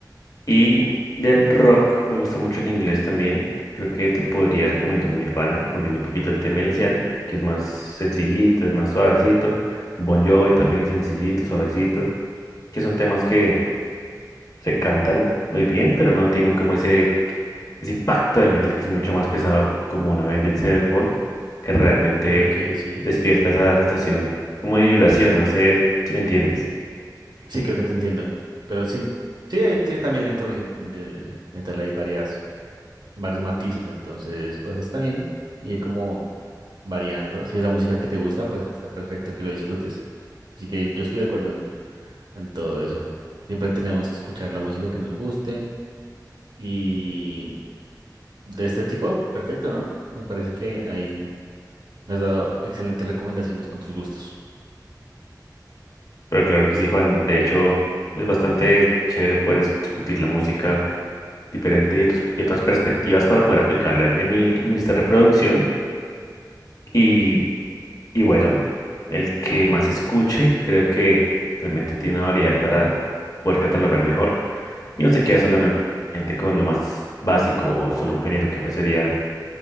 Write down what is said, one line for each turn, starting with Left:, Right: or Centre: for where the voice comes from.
Left: Y de rock me gusta mucho en inglés también. Creo que te podría recomendar Nirvana, volviendo un poquito al tema inicial, que es más sencillito, es más suavecito. Bon Jovi también es sencillito, suavecito, que son temas que Se cantan muy bien, pero no tienen como ese, ese impacto del metal que es mucho más pesado, como una Avenged Sevenfold, que realmente
Right: Ok, sí.
Left: despierta esa sensación como de vibración, no sé si me entiendes.
Right: Sí, creo que te entiendo. Pero sí. Sí, hay- sí, también dentro del, del metal hay varias, varios matices, entonces pues está bien. Y como variando. Si es la música que te gusta, pues está perfecto que lo disfrutes. Así que yo estoy de acuerdo en, en todo eso. Siempre tenemos que escuchar la música que nos guste. Y de este tipo, perfecto, ¿no? Me parece que ahí me has dado excelentes recomendaciones con tus gustos.
Left: Pero claro que sí, Juan, de hecho es bastante chévere poder discutir la música diferente y otras, y otras perspectivas para poder aplicarla en, en mi, en mi lista de reproducción. Y Y bueno, el que más escuche, creo que realmente tiene una variedad para poder catalogar mejor y no se queda solamente con lo más básico o solo un género que pues sería,